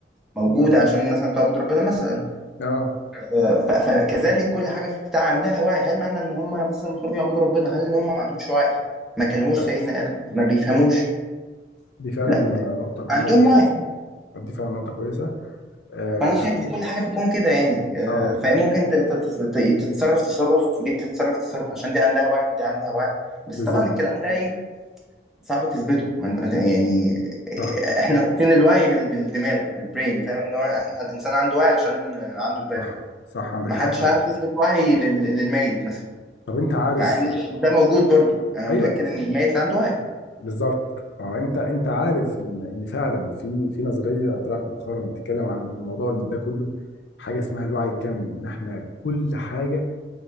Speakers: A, in the centre; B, on the left (about 75°).
A: موجود عشان مثلا تعبد ربنا مثلا
B: أه
A: آه، ف- فكذلك كل حاجه في بتاع عندها وعي هل معنى ان هم مثلا مخلوقين يعبدوا ربنا هل ان هم ما عندهمش وعي ما كلموش
B: لا
A: سيدنا ادم ما بيفهموش
B: دي فعلا
A: لا
B: نقطة
A: عندهم
B: نقطة
A: وعي
B: كويسة دي فعلا نقطة كويسة آه
A: فانا
B: وفي
A: شايف ان كل حاجه في الكون كده يعني آه،
B: أه
A: فهي ممكن ت- ت- ت- تتصرف تصرف ودي بتتصرف تصرف عشان دي عندها وعي ودي عندها وعي بس
B: بالظبط
A: طبعا الكلام ده ايه صعب تثبته ما انت ما انت- يعني
B: صح
A: آه، احنا رابطين الوعي بال- بالدماغ بالبرين فاهم ان هو احنا الانسان عنده وعي عشان آه، عنده دماغ
B: صح صح عندك
A: محدش
B: حق فعلا
A: هيعرف يثبت وعي لل... للميت مثلا
B: طب انت عارف
A: مع ان ده موجود برضو انا
B: ايوه
A: متاكد ان الميت عنده وعي
B: بالظبط اه انت انت عارف ان ان فعلا في في نظريه طلعت مؤخرا بتتكلم عن الموضوع ده كله حاجه اسمها الوعي الكمي ان احنا كل حاجه